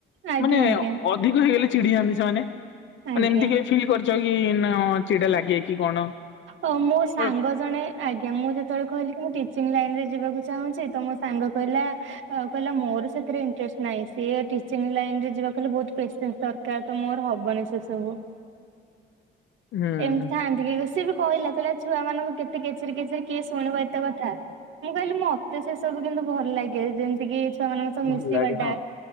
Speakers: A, on the right; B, on the left.
A: ଆଜ୍ଞା
B: ମାନେ,
A: ଆଜ୍ଞା
B: ଅଧିକ ହେଇଗଲେ ଚିଡି ଯାଆନ୍ତି ସେମାନେ। ମାନେ,
A: ଆଜ୍ଞା
B: ଏମିତି କିଏ ଫିଲ୍ କରିଚ କି, ନା ଚିଡା ଲାଗେ କି କଣ?
A: ଓ ମୋ ସାଙ୍ଗ
B: ହଁ
A: ଜଣେ, ଆଜ୍ଞା, ମୁଁ ଯେତେବେଳେ କହିଲି କି, ମୁଁ ଟିଚିଂ ଲାଇନ ରେ ଯିବାକୁ ଚାହୁଁଚି ତ ମୋ ସାଙ୍ଗ କହିଲା ଆଉ କହିଲା, ମୋର ସେଥିରେ ଇଣ୍ଟରେଷ୍ଟ ନାହିଁ, ସିଏ ଟିଚିଂ ଲାଇନ ରେ ଯିବା କହିଲେ ବହୁତ ପେସେନ୍ସ ଦରକାର, ତ ମୋର ହବ ହବନି ସେସବୁ।
B: ହୁଁ।
A: ଏମିତି ଥାଆନ୍ତି କି, ସିଏ ବି କହିଲା ଥିଲା ଛୁଆ ମାନଙ୍କୁ କେତେ କେଚେ କେଚେରେ କେଚେରେ କିଏ ଶୁଣିବ ଏତେ କଥା, ମୁଁ କହିଲି ମୋ ମତେ ସେ ସବୁ କିନ୍ତୁ ଭଲ ଲାଗେ, ଯେମିତି କି ଛୁଆମାନଙ୍କ ସବୁ
B: ଭଲ
A: ମିଶିବାଟା,
B: ଲାଗେ ହଁ।